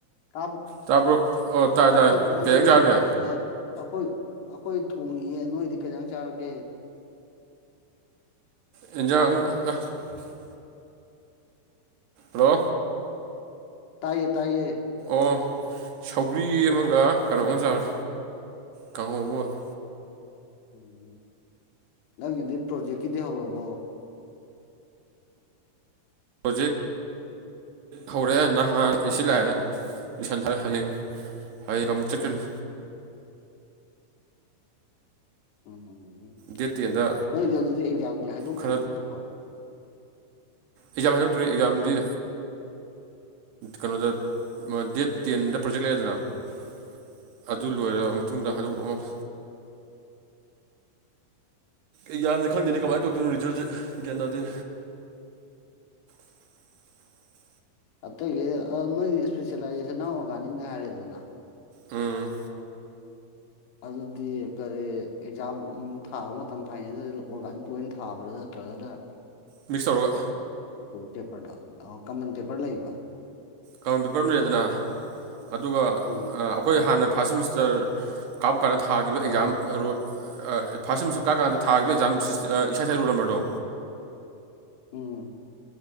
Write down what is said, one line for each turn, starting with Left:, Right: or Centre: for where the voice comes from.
Left: ꯇꯥꯝ
Right: ꯇꯥꯕ꯭ꯔꯣ ꯑꯣ ꯇꯥꯏ
Left: ꯑꯩꯈꯣꯏꯒꯤ
Right: ꯇꯥꯏ ꯀꯩꯖꯥꯡ ꯆꯥꯔꯒꯦ
Left: ꯑ ꯑꯩꯈꯣꯏ ꯑꯩꯈꯣꯏ ꯊꯣꯡꯉꯤꯑꯦ ꯅꯣꯏꯗꯤ ꯀꯩꯖꯥꯡ ꯆꯥꯔꯒꯦ
Right: ꯍꯦꯟꯖꯥꯡ <unintelligible> ꯍꯜꯂꯣ
Left: ꯇꯥꯏꯌꯦ ꯇꯥꯏꯌꯦ
Right: ꯑꯣ ꯁꯧꯒ꯭ꯔꯤ ꯑꯃꯒ ꯀꯩꯅꯣꯒ ꯆꯥꯔꯦ ꯀꯥꯡꯒꯧ ꯑꯃꯒ
Left: ꯎꯝ ꯅꯪꯒꯤꯗꯤ ꯄ꯭ꯔꯣꯖꯦꯛꯀꯤꯗꯤ ꯍꯧꯔꯕꯣ
Right: ꯍꯧꯖꯤꯛ ꯍꯧꯔꯦ ꯅꯍꯥꯟ ꯑꯦꯁꯤ ꯂꯥꯛꯑꯦ ꯂꯣꯢꯁꯟꯊꯔꯦ ꯍꯌꯦꯡ ꯍꯌꯦꯡ ꯑꯃꯨꯛ ꯆꯠꯀꯅꯤ
Left: ꯎꯝ
Right: ꯗꯦꯠ ꯇꯦꯟꯗ
Left: ꯅꯣꯏꯗꯤ ꯑꯗꯨꯗꯤ ꯑꯦꯛꯖꯥꯝꯗꯤ ꯍꯥꯏꯗꯣꯛꯇ꯭ꯔꯤꯀꯣ
Right: ꯈꯔ
Left: ꯍꯧꯖꯤꯛꯐꯥꯎ
Right: ꯑꯦꯛꯖꯥꯝ ꯍꯥꯏꯗꯣꯛꯇ꯭ꯔꯤ ꯑꯦꯛꯖꯥꯝꯗꯤ ꯀꯩꯅꯣꯗ ꯗꯦꯠ ꯇꯦꯟꯗ ꯄ꯭ꯔꯣꯖꯦꯛ ꯂꯩꯔꯦꯗꯅ ꯑꯗ ꯑꯗꯨ ꯂꯣꯏꯔꯕ ꯃꯇꯨꯡꯗ
Left: ꯎꯝ
Right: ꯍꯥꯏꯗꯣꯛ ꯀꯗꯧ ꯃꯥꯂꯦ ꯑꯦꯛꯖꯥꯝꯖꯦ ꯈꯪꯗꯦꯅꯦ ꯀꯃꯥꯏꯅ
Left: ꯎꯝ
Right: ꯇꯧꯗꯣꯏꯅꯣ ꯔꯤꯖꯜꯁꯦ ꯒ꯭ꯌꯥꯟ ꯇꯥꯗꯦ <inaudible>
Left: ꯑꯇꯩꯒꯩ ꯑꯥ ꯅꯣꯏꯗꯤ ꯏꯁꯄꯤꯁꯦꯂꯥꯏꯖꯦꯁꯟꯅ ꯑꯣꯔꯒꯥꯅꯤꯛꯅꯦ ꯍꯥꯏꯔꯦꯗꯅ
Right: ꯎꯝ
Left: ꯑꯗꯨꯗꯤ ꯀꯔꯤ ꯑꯦꯛꯖꯥꯝ ꯊꯥꯕ ꯃꯇꯝ ꯐꯥꯏꯅꯦꯜꯗꯤ ꯑꯣꯔꯒꯥꯅꯤꯛ ꯂꯣꯏꯅ ꯊꯥꯕ꯭ꯔꯥꯗ ꯇ꯭ꯔꯒꯗ
Right: ꯃꯤꯛꯁ ꯇꯧꯔꯒ
Left: ꯄꯦꯄꯔꯗꯣ ꯑꯣ ꯀꯃꯟ ꯄꯦꯄꯔ ꯂꯩꯕ
Right: ꯀꯃꯟ ꯄꯦꯄꯔ ꯑꯃ ꯂꯩꯔꯦꯗꯅ ꯑꯗꯨꯒ ꯑꯥ
Left: ꯎꯝ
Right: ꯑꯩꯈꯣꯏ ꯍꯥꯟꯅ ꯐꯥꯔꯁ ꯁꯦꯃꯤꯁꯇꯔ ꯀꯥꯕꯀꯥꯟꯗ ꯊꯥꯈꯤꯕ
Left: ꯈ꯭ꯋꯥꯏ
Right: ꯑꯦꯛꯖꯥꯝ
Left: ꯌꯥꯝ
Right: ꯔꯣꯏ ꯑꯥ ꯐꯥꯔꯁ ꯁꯦꯃꯤꯁꯇꯔ ꯀꯥꯀꯥꯟꯗ ꯊꯥꯈꯤꯕ ꯑꯦꯛꯖꯥꯝ ꯏꯁꯥ ꯏꯁꯥ ꯔꯣꯜ ꯅꯝꯕꯔꯗꯣ
Left: ꯎꯝ